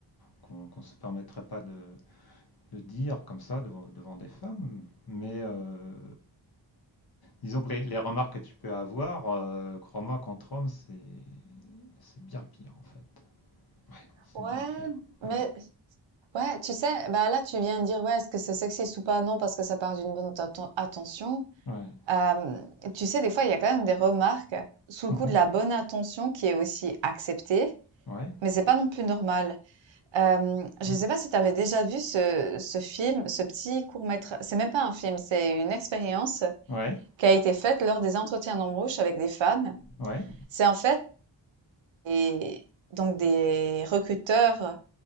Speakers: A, on the left (about 55°); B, on the right (about 75°).
A: qu'on qu'on ne se permettrait pas de, de dire comme ça devant, devant des femmes. Mais euh, disons que les, les remarques que tu peux avoir, euh, crois-moi, qu'entre hommes, c'est c'est bien pire en fait. Ouais, c'est
B: ouais,
A: bien pire. Ouais,
B: mais ouais, tu sais, bah, là, tu viens de dire: «Ouais, est-ce que c'est sexiste ou pas?» Non, parce que ça part d'une bonne atten attention.
A: ouais.
B: Hem, tu sais, des fois, il y a quand même des remarques sous le
A: Mhm.
B: coup de la bonne intention qui est aussi acceptée,
A: Ouais.
B: mais c'est pas non plus normal. Hem, je
A: Mmh.
B: sais pas si tu avais déjà vu ce ce film, ce petit court métrage c'est même pas un film, c'est une expérience,
A: Ouais,
B: qui a été faite lors des entretiens d'embauche avec des femmes.
A: ouais,
B: C'est en fait des, donc des recruteurs